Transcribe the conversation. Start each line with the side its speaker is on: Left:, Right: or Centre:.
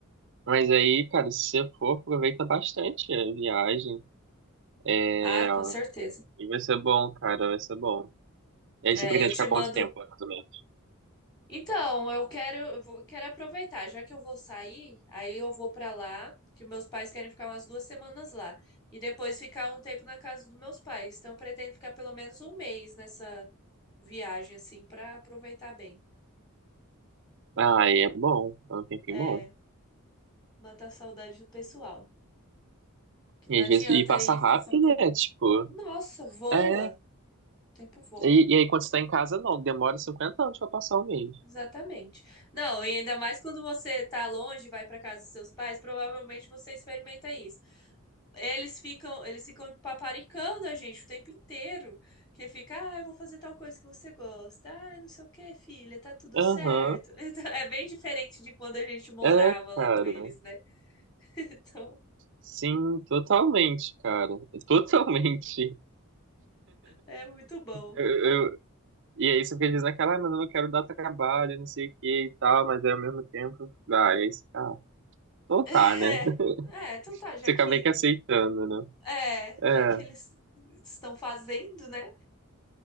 Right: mas aí, cara, se você for, aproveita bastante a viagem É,
Left: Ah, com certeza.
Right: E vai ser bom, cara, vai ser bom. E aí
Left: É,
Right: você pretende
Left: eu te
Right: ficar
Left: mando.
Right: quanto tempo, mais ou menos?
Left: Então, eu quero, eu vou- quero aproveitar, já que eu vou sair, aí eu vou pra lá, que meus pais querem ficar umas duas semanas lá, e depois ficar um tempo na casa dos meus pais. Então, eu pretendo ficar pelo menos um mês nessa viagem, assim, pra aproveitar bem.
Right: Ah, aí é bom, é um tempinho
Left: É,
Right: bom.
Left: matar a saudade do pessoal, que não
Right: E
Left: adianta
Right: às vezes, e passa
Left: aí
Right: rápido,
Left: ficar só um pouquinho.
Right: né? Tipo,
Left: Nossa, voa!
Right: é.
Left: O tempo voa.
Right: E, e aí quando você tá em casa, não, demora 50 anos pra passar um mês.
Left: Exatamente. Não, e ainda mais quando você tá longe, vai para casa dos seus pais, provavelmente você experimenta isso. Eles ficam, eles ficam paparicando a gente o tempo inteiro, que fica, ah, eu vou fazer tal coisa que você gosta. Ah, não sei o que filha, tá tudo
Right: Aham,
Left: certo. <laughs> Então, é bem diferente de quando a gente morava
Right: é,
Left: lá
Right: cara.
Left: com eles, né? <laughs> Então,
Right: Sim, totalmente, cara. <laughs> Totalmente.
Left: é muito bom.
Right: Eu, eu- e aí você fica dizendo aquela, ah, mas eu não quero dar trabalho, não sei o que e tal, mas aí ao mesmo tempo, ah, e aí você fica, ah, então
Left: <laughs>
Right: tá, né? <laughs>
Left: É, é, então tá, já
Right: Você
Left: que,
Right: acaba meio que aceitando, né?
Left: é,
Right: É,
Left: já que eles estão fazendo, né?